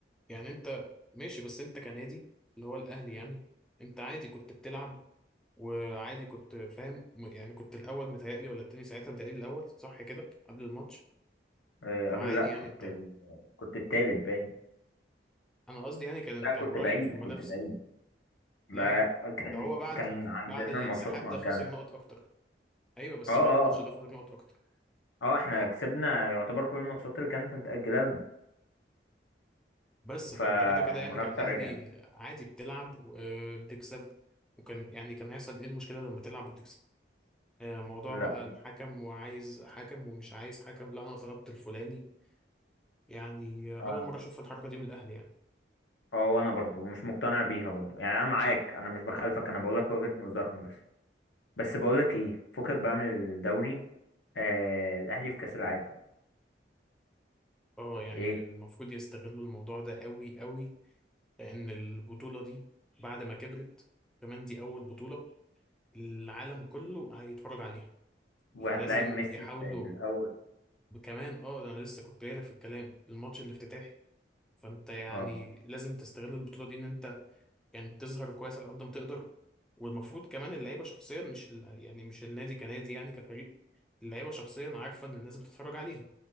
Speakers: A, in the centre; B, on the left.
A: يعني أنت ماشي بس أنت كنادي اللي هو الأهلي يعني أنت عادي كنت بتلعب وعادي كنت فاهم م- يعني كنت الأول متهيألي ولا التاني ساعتها متهيألي الأول صح كده قبل الماتش
B: أه،
A: فعادي
B: قبل لا
A: يعني
B: كنت
A: أنت
B: ال... كنت التالت باين
A: أنا قصدي يعني كان
B: لا
A: كان
B: كنت
A: قريب
B: بعيد
A: في المنافسة
B: كنت بعيد ما
A: لا لا
B: كان
A: ده هو بعد
B: كان عندنا
A: بعد الانسحاب
B: ماتشات مؤجلة
A: ده خسر نقط أكتر أيوه بس
B: اه اه
A: بعد الماتش ده خسر نقط أكتر
B: اه احنا كسبنا يعتبر كل الماتشات اللي كانت متأجلة لنا
A: بس فانت
B: فالمنافسة
A: كده كده يعني كان الاهلي
B: رجعت
A: عادي بتلعب وبتكسب وكان يعني كان هيحصل ايه المشكله لما تلعب وتكسب آه، موضوع
B: لا
A: بقى الحكم وعايز حكم ومش عايز حكم لا انا طلبت الفلاني يعني آه،
B: اه
A: اول مره اشوف الحركه دي من الاهلي يعني
B: آه، وانا برضو مش مقتنع بيها برضو يعني انا معاك انا مش بخالفك انا بقولك وجهة نظرهم بس بس بقولك ايه فكك بقى من الدوري آه الاهلي في كأس العالم
A: اه يعني
B: ايه
A: المفروض يستغلوا الموضوع ده قوي قوي لان البطوله دي بعد ما كبرت كمان دي اول بطوله العالم كله هيتفرج عليها
B: وهتلاعب
A: فلازم
B: ميسي
A: يحاولوا
B: في الاول
A: كمان اه انا لسه كنت جايلك في الكلام الماتش الافتتاحي فانت يعني
B: اه
A: لازم تستغل البطولة دي ان انت يعني تظهر كويس على قد ما تقدر والمفروض كمان اللعيبة شخصيا مش ال... يعني مش النادي كنادي يعني كفريق اللعيبة شخصيا عارفة ان الناس بتتفرج عليها